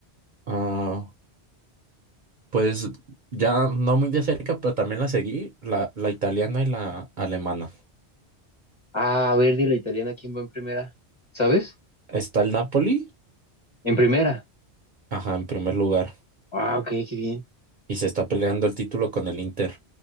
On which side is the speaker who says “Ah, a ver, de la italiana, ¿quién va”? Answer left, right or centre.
Left